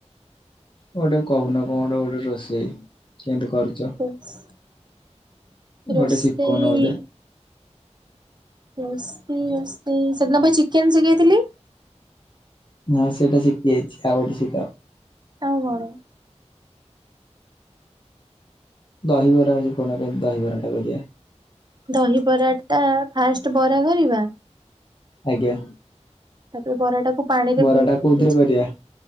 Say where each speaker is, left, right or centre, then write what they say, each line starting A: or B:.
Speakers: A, on the left (about 45°); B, on the right (about 40°).
A: ଗୋଟେ କହୁନ କଣ ଗୋଟେ ରୋଷେଇ। କେମତି କରୁଛ?
B: ଉପସ
A: ଗୋଟେ
B: ରୋଷେଇ
A: ଶିଖଉନ ମତେ
B: ରୋଷେଇ ରୋଷେଇ ସେଦିନ ପା ଚିକେନ ଶିଖେଇଥିଲି।
A: ହଁ ସେଟା ଶିଖି ଯାଇଛି। ଆଉ ଗୋଟେ ଶିଖାଅ।
B: ଆଉ କଣ?
A: ଦହିବରା ଆଜି କହୁନା କେମତି ଦହିବରାଟା କରିବା?
B: ଦହିବରାଟା ଫାଷ୍ଟ ବରା କରିବା।
A: ଆଜ୍ଞା।
B: ତାପରେ ବରାଟାକୁ ପାଣିରେ
A: ବରାଟା
B: ଭି
A: କୋଉଥିରେ
B: ଜି
A: କରିବା